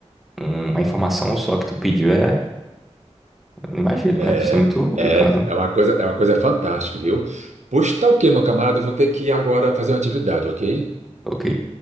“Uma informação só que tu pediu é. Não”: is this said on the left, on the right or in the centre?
Centre